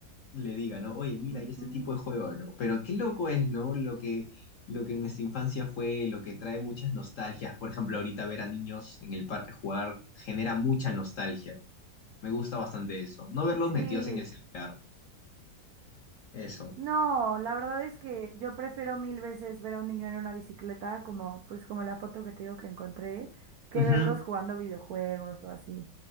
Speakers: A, on the left; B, on the right.
A: le diga, ¿no? Oye, mira,
B: Ujú.
A: hay este tipo de juego, ¿no? Pero qué loco es, ¿no? Lo que, lo que en nuestra infancia fue, lo que trae muchas nostalgias. Por ejemplo, ahorita ver a niños en el parque jugar genera mucha nostalgia. Me gusta bastante eso. No verlos metidos
B: Sí.
A: en el celular. Eso.
B: No, la verdad es que yo prefiero mil veces ver a un niño en una bicicleta, como pues como la foto que te digo que encontré, que
A: Ujú.
B: verlos jugando videojuegos o así.